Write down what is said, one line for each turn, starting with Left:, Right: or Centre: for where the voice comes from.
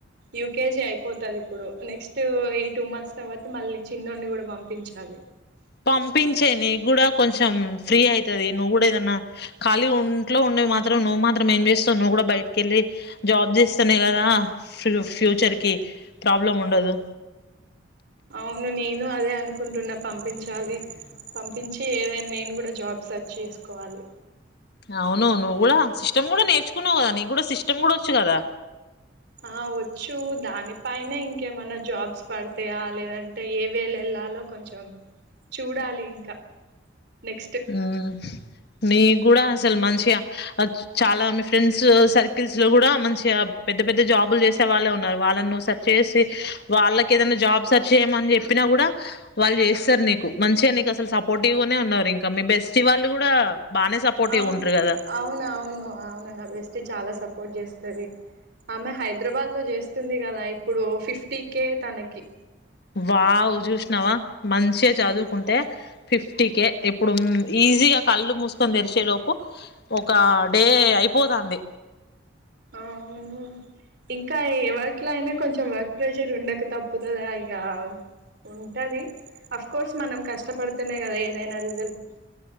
Right: యూకేజీ అయిపోతది ఇప్పుడు నెక్స్ట్ ఈ టూ మంత్స్ తర్వాత మళ్ళీ చిన్నోడిని కూడా పంపించాలి.
Left: పంపించేయి నీకు కూడా కొంచెం ఫ్రీ అయితది నువ్వు కూడా ఏదన్నా ఖాళీగ ఇంట్లో ఉండేవి మాత్రం నువ్వు మాత్రం ఏం చేస్తావు నువ్వు కూడా బయటికిెళ్ళి జాబ్ చేస్తనే
Right: ఉమ్
Left: కదా ఫ్రీ ఫ్యూచర్ కి ప్రాబ్లం ఉండదు.
Right: అవును నేను అదే అనుకుంటున్నా పంపించాలి పంపించి ఏదైనా నేను కూడా జాబ్ సర్చ్ చేసుకోవాలి.
Left: అవును నువ్వు కూడా సిస్టమ్ కూడా నేర్చుకున్నావు కదా నీక్కూడా సిస్టమ్ కూడా వచ్చు కదా
Right: ఆ వచ్చు దానిపైనే ఇంకేమన్నా జాబ్స్ పడితాయా లేదంటే ఏ వేలో వెళ్ళాలో కొంచెం చూడాలి ఇంకా నెక్స్ట్
Left: ఉమ్మ్ మీక్కూడా అసలు మంచిగా చాలా మీ ఫ్రెండ్స్ సర్కిల్స్ లో కూడా మంచిగా పెద్ద పెద్ద జాబులు చేసే వాళ్ళే ఉన్నారు వాళ్ళని నువ్వుసర్చ్ చేసి వాళ్ళకి ఏదైనా జాబ్ సెర్చ్ చేయ్యమని చెప్పినా కూడా వాళ్ళు చేస్తారు నీకు మంచిగా నీకు అసలు సపోర్టివ్ గానే ఉన్నారు ఇంకా ఇంకా మీ బెస్టీ వాళ్ళు కూడా బానే సపోర్టివ్
Right: అవు
Left: ఉంటారు కదా
Right: అవునువును అవును నా బెస్టీ చాలా సపోర్ట్ చేస్ స్తది. ఆమె హైదరాబాద్ లో చేస్తుంది కదా ఇప్పుడు ఫిఫ్టీ కే తనకి
Left: వావ్ చూసి నవ మంచిగ
Right: మ్మ్
Left: చదువుకుంటే ఫిఫ్టీ కే ఇప్పుడు ఈజీగా కళ్ళు మూసు కోని తెరిచేలోపు ఒక డే అయిపోతాంది.
Right: అవును ఇంకా ఎ వర్క్ లో అయినా కొంచెం వర్క్ ప్రెసర్ ఉండక తప్పుతదా ఇక ఉంటది. అఫ్ కోర్స్ మనం కష్టపడ్తేనే కదా ఏదై దైన రీజల్